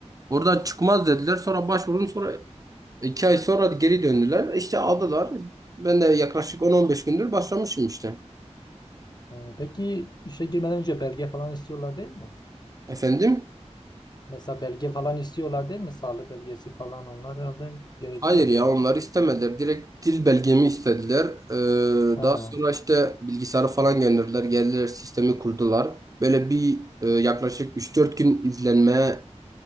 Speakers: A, on the right; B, on the left.
A: orada çıkmaz dediler. Sonra başvurdum. Sonra İki ay sonra geri döndüler. İşte aldılar. Ben de yaklaşık 10-15 gündür başlamışım işte.
B: Ha, Peki işe girmeden önce belge falan istiyorlar değil mi?
A: Efendim?
B: Mesela belge falan istiyorlar değil mi? Sağlık belgesi falan onlar herhalde gerekiyor.
A: Hayır ya onlar istemediler. Direkt dil belgemi istediler. Ee,
B: Ha.
A: daha sonra işte bilgisayarı falan gönderdiler. Geldiler sistemi kurdular. Böyle bir e, yaklaşık üç dört gün izlenmeye